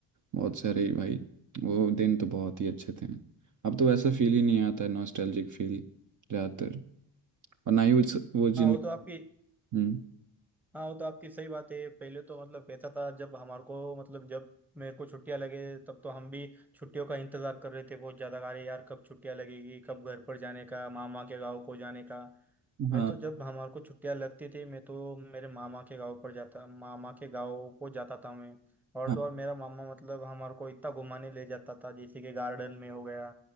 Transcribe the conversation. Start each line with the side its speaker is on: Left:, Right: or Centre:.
Right: बहुत सारे ही भाई वो दिन तो बहुत ही अच्छे थे अब तो वैसा फील ही नहीं आता है नॉस्टैल्जिक फील ज़्यादातर और ना ही उस वो जिन
Centre: हाँ वो तो आपकी
Right: हम्म
Centre: हाँ वो तो आपकी सही बात है पहले तो मतलब कैसा था जब हमारे को मतलब जब मेरे को छुट्टियां लगे तब तो हम भी छुट्टियों का इंतजार कर रहे थे बहुत ज्यादा अरे यार कब छुट्टियां लगेगी कब घर पर जाने का मामा के गाँव को जाने का
Right: हाँ
Centre: मैं तो जब हमारे को छुट्टियां लगती थी मैं तो मेरे मामा के गाँव पर जाता मामा के गाँव को जाता था मैं और
Right: हाँ
Centre: तो और मेरा मामा मतलब हमारे को इतना घुमाने ले जाता था जैसे कि गार्डन में हो गया